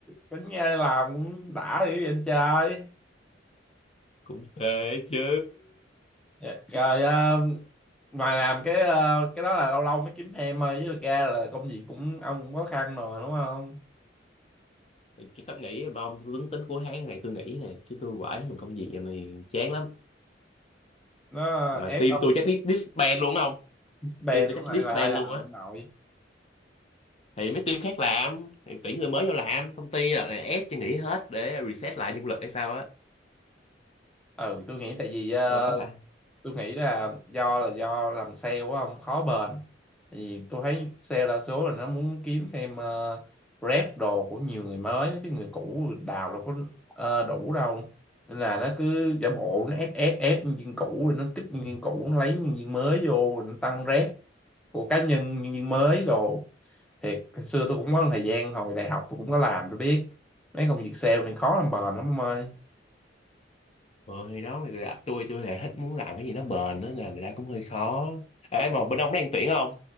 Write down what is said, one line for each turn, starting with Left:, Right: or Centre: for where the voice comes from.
Centre: cũng nghe làm cũng đã dữ vậy anh trai
Left: <laughs> cũng phê chứ
Centre: Dạ, rồi à, ngoài làm cái à, cái đó là lâu lâu mới kiếm thêm thôi chứ thực ra là công việc cũng ông cũng khó khăn rồi đúng không
Left: Thì tôi sắp nghỉ mà ông tôi tính tính cuối tháng này tôi nghỉ này chứ tôi quải mình công việc giờ này chán lắm
Centre: nó
Left: mà
Centre: ép
Left: team
Centre: ông
Left: tôi chắc dis- disband luôn không
Centre: spend
Left: team tôi
Centre: cũng
Left: chắc
Centre: lại
Left: disband
Centre: lại làm
Left: luôn á
Centre: không nội
Left: thì mấy team khác làm thì tuyển người mới vô làm công ty là ép cho nghỉ hết để reset lại nhân lực hay sao á
Centre: ừ tôi nghĩ tại vì ờ,
Left: rồi có hả
Centre: tôi nghĩ là do là do làm sale quá không khó bền thì tôi thấy sale đa số là nó muốn kiếm thêm ờ, rep đồ của nhiều người mới chứ người cũ đào đâu có ờ, đủ đâu nên là nó cứ giả bộ nó ép ép ép nhân viên cũ rồi nó kích nhân viên cũ nó lấy nhân viên mới vô rồi nó tăng rep của cá nhân nhân viên mới đồ thiệt hồi xưa tôi cũng có một thời gian hồi đại học tôi cũng có làm tôi biết mấy công việc sale này khó làm bền lắm ông ơi
Left: ừ, thì đó người gặp tôi tôi là hết muốn làm cái gì nó bền đó là ra cũng hơi khó ê mà bên ông có đang tuyển không